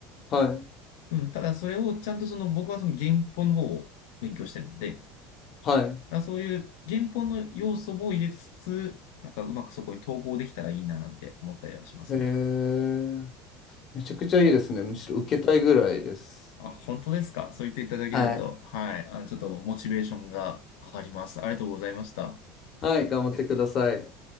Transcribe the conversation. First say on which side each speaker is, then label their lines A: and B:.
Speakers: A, on the left; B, on the left.
A: はい
B: うん、ただそれをちゃんとその、僕はその原本の方を勉強してるんで、
A: は
B: まあ、そういう原本の要素も入れつつ、なんかうまくそこに統合できたらいいななんて思ったりはしますね。
A: い。へえ。めちゃくちゃいいですね。むしろ受けたいぐらいです。
B: あ、本当ですかそう言っていただけると、
A: はい。
B: はい。あの、ちょっとモチベーションが上がります。ありがとうございました。
A: はい、頑張ってください。